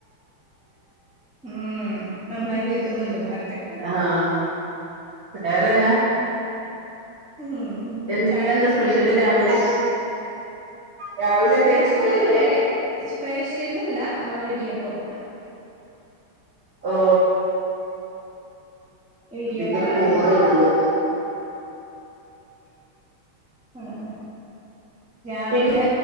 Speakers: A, in the centre; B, on the right.
A: ഉം നന്നായി കേക്കുന്നുണ്ട് പാട്ട്
B: ആഹ് വേറെന്നാ
A: ഉം ഉം
B: ഇന്നെന്താ
A: ചായുടൊക്കെ
B: സ്പെഷ്യല്
A: കയ്ഞ്ഞോ
B: രാവിലെ രാവിലെ
A: സ്പെഷ്യലൊന്നുംല്ല്യ
B: എന്തായിരുന്നു സ്പെഷ്യല്
A: സ്പെഷ്യലല്ല അമ്മളെ ഇടിയപ്പം
B: ഓ
A: ഇടിയപ്പാണ്
B: ഇതീക്കൊര് കോള് വരുന്നുണ്ട്
A: ആഹ് ആഹ് രാവിലെ
B: പിന്നെ